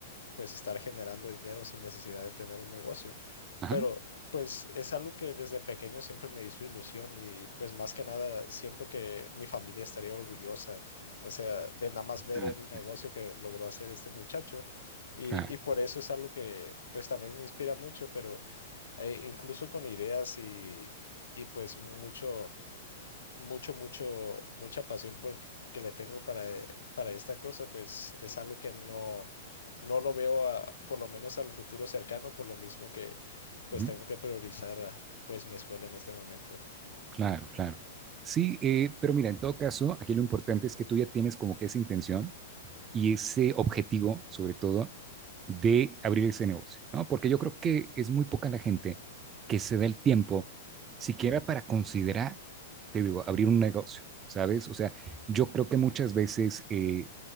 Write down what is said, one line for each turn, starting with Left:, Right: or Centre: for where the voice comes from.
Left: pues, estar generando dinero sin necesidad de tener un negocio.
Right: Ajá.
Left: Pero pues es algo que desde pequeño siempre me hizo ilusión y pues más que nada siento que mi familia estaría orgullosa, o sea, de nada más ver
Right: Ah,
Left: el negocio que logró hacer este muchacho. Y,
Right: claro.
Left: y por eso es algo que pues también me inspira mucho, pero eh, incluso con ideas y, y pues mucho mucho, mucho, mucha pasión por, que le tengo para, eh, para esta cosa, pues es algo que no, no lo veo a- por lo menos al futuro cercano, por lo mismo que pues
Right: ujú,
Left: tengo que priorizar ah, pues mi escuela en este momento.
Right: Claro, claro. Sí, eh, pero mira, en todo caso, aquí lo importante es que tú ya tienes como que esa intención y ese objetivo, sobre todo, de abrir ese negocio, ¿no? Porque yo creo que es muy poca la gente que se da el tiempo siquiera para considerar, te digo, abrir un negocio, ¿sabes? O sea, yo creo que muchas veces, eh,